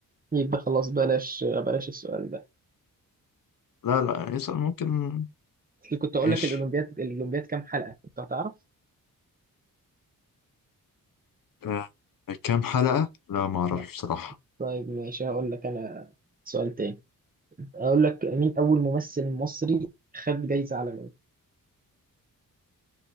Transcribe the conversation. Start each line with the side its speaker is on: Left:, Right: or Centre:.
Right: يبقى خلاص بلاش بلاش السؤال ده
Left: لا لا يسأل ممكن
Right: اللي كنت اقول
Left: ماشي
Right: لك الاولمبياد الاولمبياد كام حلقة كنت هتعرف
Left: آه، كام حلقة؟ لا ما أعرفش
Right: لا.
Left: بصراحة
Right: طيب ماشي هقول لك انا سؤال تاني اقول لك مين اول ممثل مصري خد جايزة عالمية